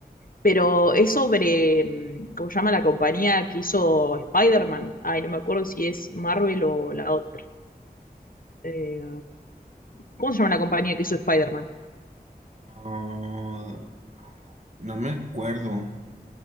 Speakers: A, on the left; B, on the right.
A: pero es sobre, mm, ¿cómo se llama la compañía que hizo Spider-Man? Ay, no me acuerdo si es Marvel o la otra. Eh, ¿cómo se llama la compañía que hizo Spider-Man?
B: Ah, no me acuerdo.